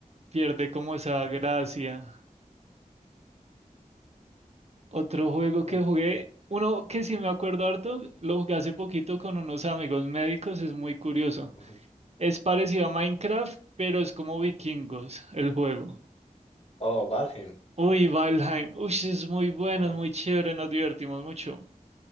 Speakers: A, on the right; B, on the left.
A: pierde como esa gracia. Otro juego que
B: Mm,
A: jugué, uno que sí me acuerdo harto, lo jugué hace poquito con unos amigos médicos, es muy curioso.
B: ujú.
A: Es parecido a Minecraft, pero es como vikingos el juego.
B: Oh, Valheim.
A: Uy, Valheim, uy, sí, es muy bueno,
B: Ah,
A: es muy chévere, nos divertimos mucho,